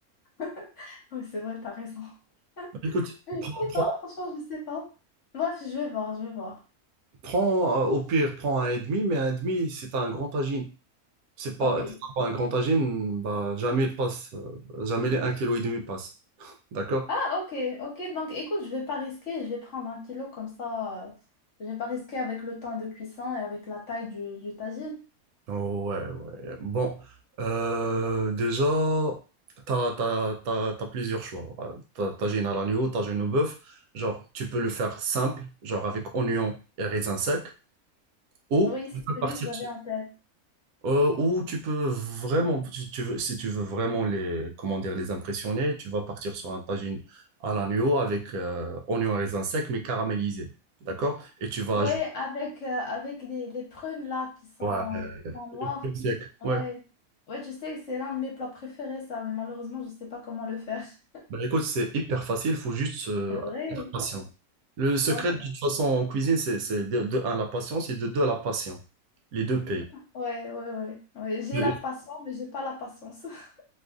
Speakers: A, on the left; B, on the right.
A: <laughs> Oui, c'est vrai, t'as raison. <laughs>
B: Écoute,
A: Mais
B: prends,
A: Je sais
B: prends-
A: pas, franchement, je sais pas. Bref, je vais voir, je vais voir.
B: prends, euh, au pire, prends un et demi, mais un et demi, c'est un grand tagine. C'est pas,
A: Ok.
B: si pas un grand tagine, bah, jamais il passe, euh, jamais les un kilo et demi passe. <laughs> D'accord?
A: Ah, ok, ok. Donc, écoute, je vais pas risquer, je vais prendre un kilo comme ça. euh, je vais pas risquer avec le temps de cuisson et avec la taille du, du tagine.
B: Ouais, ouais. Bon, euh, déjà, t'as, t'as, t'as, t'as plusieurs choix. Euh, T'as, t'as géné à l'agneau, t'as géné au bœuf. Genre, tu peux le faire simple, genre avec oignon et raisin sec, ou
A: Oui,
B: tu
A: c'est
B: peux
A: celui
B: partir,
A: que j'avais
B: sur-
A: en tête.
B: euh, ou tu peux vraiment, si tu veux, si tu veux vraiment les, comment dire, les impressionner, tu vas partir sur un tagine à l'agneau avec euh, oignon et raisin sec, mais caramélisé. D'accord? Et tu vas
A: Oui,
B: ajouter,
A: avec, euh, avec les, les prunes là qui sont,
B: ouais,
A: qui sont noires.
B: crème sec.
A: Oui.
B: Ouais.
A: Ouais, tu sais, c'est l'un de mes plats préférés, ça, mais malheureusement, je sais pas comment le faire. <laughs>
B: Bah, écoute, c'est hyper facile, faut juste euh,
A: C'est vrai.
B: être patient. Le secret,
A: Ok,
B: de toute façon, en cuisine, c'est c'est de, de un, la patience et de deux, la passion. Les deux payent.
A: ouais, ouais, ouais. Ouais, j'ai
B: Oui.
A: la passion,
B: <laughs>
A: mais j'ai pas la patience. <laughs>